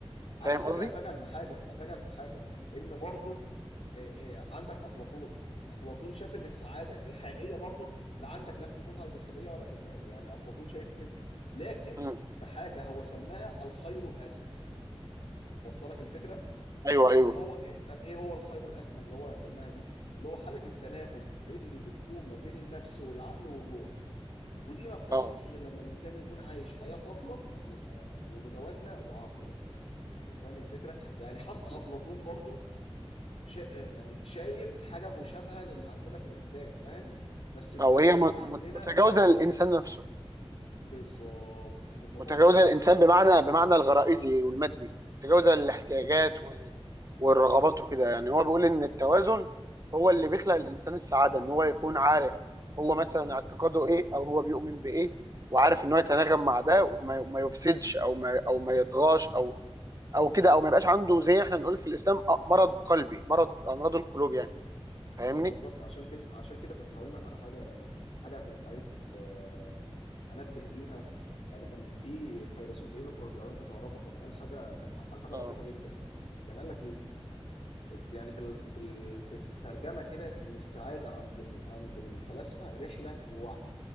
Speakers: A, on the left; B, on the right.
A: على
B: فاهم
A: فكره
B: قصدي
A: افاجئك بحاجه افاجئك بحاجه ان برضو إيه، إيه، عندك افلاطون افلاطون شاف ان السعاده الحقيقيه برضو لا عندك لا في المتعه الجسديه ولا في المال يعني افلاطون شايف كده لكن
B: مم.
A: في حاجه هو سماها الخير الاسمى وصلك الفكره
B: ايوه
A: اللي
B: ايوه
A: هو إيه، طب ايه هو الخير الاسمى اللي هو سماها دي اللي هو حاله التناغم اللي بتكون ما بين النفس والعقل والروح ودي ما بتحصلش
B: اه
A: غير لما الانسان يكون عايش حياه فاضله يعني آه، ومتوازنه وعاقله يعني فاهم الفكره يعني حتى
B: مم.
A: افلاطون برضو شا... يعني شايف حاجه مشابهه للي عندنا في الاسلام فاهم بس الفرق
B: او هي
A: ان
B: م-
A: احنا عندنا
B: متجاوزه للانسان نفسه
A: بالظبط ان الموضوع
B: متجاوزه
A: مش في ايدك
B: الانسان بمعنى بمعنى الغرائزي والمادي متجاوزه الاحتياجات
A: ب-
B: وال... والرغبات وكده يعني هو بيقول ان التوازن هو اللي بيخلق الانسان السعاده ان هو يكون عارف هو مثلا اعتقاده ايه او هو بيؤمن بايه وعارف ان هو يتناغم مع ده وما ما يفسدش او ما او ما يطغاش او او كده او ما يبقاش عنده زي احنا بنقول في الاسلام آه، مرض قلبي مرض امراض القلوب يعني فاهمني
A: ما هو بالظبط عشان كده عشان كده كنت هقول لك على حاجه يعني حاجه كنت عايز آه، انبه ليها يعني كان في الفيلسوف ايبيكور لو انت تعرفه كان قال حاجه كان ح- قال حاجه
B: اه
A: لطيفه جدا كان قال لك ايه يعني بال... بال... بالترجمه كده ان السعاده عند ال... عند الفلاسفه رحله ووعي